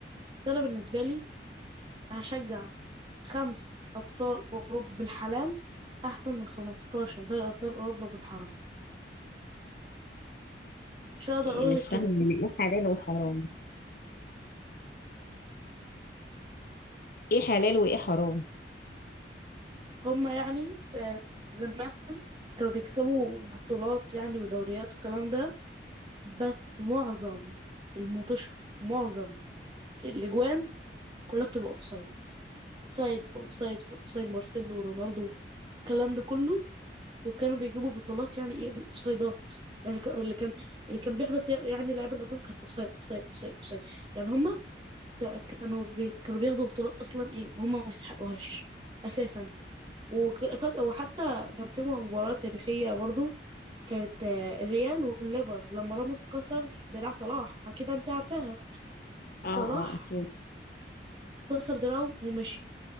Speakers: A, on the right; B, on the left.
A: بس انا بالنسبة لي هشجع خمس أبطال أوروبا بالحلال أحسن من 15 دوري أبطال أوروبا بالحرام مش هقدر
B: إيه
A: أقول
B: مش
A: غير كده
B: فاهمة يعني ايه حلال وحرام ايه حلال وايه حرام
A: هما يعني آه، زمان كانوا بيكسبوا بطولات يعني ودوريات والكلام ده بس معظم الموتوشة معظم الأجوان كلها بتبقى أوفسايد سايد في أوفسايد في أوفسايد مارسيلو ورونالدو الكلام ده كله وكانوا بيجيبوا بطولات يعني إيه بالأوفسايدات يعني كان- اللي كان اللي كان بيحبط يعني اللعيبه اللي قدام كانت اوفسايد اوفسايد اوفسايد اوفسايد يعني هم ك- كانوا بي... كانوا بياخدوا بطولات اصلا ايه وهم ما يستحقوهاش اساسا وفجأة وحتى كان في مباراة تاريخية برضو كانت آه، الريال والليفر لما راموس كسر دراع صلاح اكيد انت عارفاها صلاح
B: اه اه اكيد
A: كسر دراعه ومشي